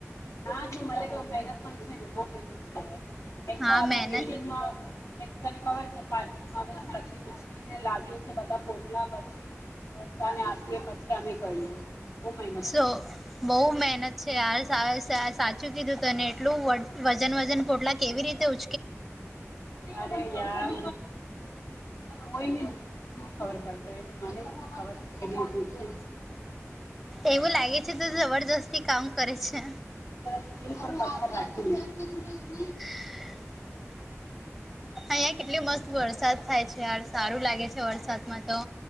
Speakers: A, on the left; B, in the centre.
A: હા તું મને તો મહેનત પણ છે ને બહુ મહેનત છે. એક તો
B: હા
A: અમે
B: મહેનત
A: બિલ્ડીંગ માં એક તને ખબર. પાર્કિંગ આવે છે પછી ઉચકીને લાવીએ છે બધા પોટલા પછી. બઘાને આપીએ પછી અમે કરીએ. બહુ મહેનત
B: સો
A: છે.
B: બહુ મહેનત. છે યાર સા સા સાચું કીધું તને એટલું વજન વજન પોટલા કેવી રીતે ઉ
A: અરે યાર. કોઈને સુ ખબર પડશે તો મને ખબર છે કે.
B: એવું લાગે છે તો જબરજસ્તી કામ કરે છે.
A: દિલ પર પથ્થર રાખીને.
B: <inaudible> અહીંયા કેટલી મસ્ત વરસાદ થાય છે યાર સારું લાગે છે વરસાદમાં તો.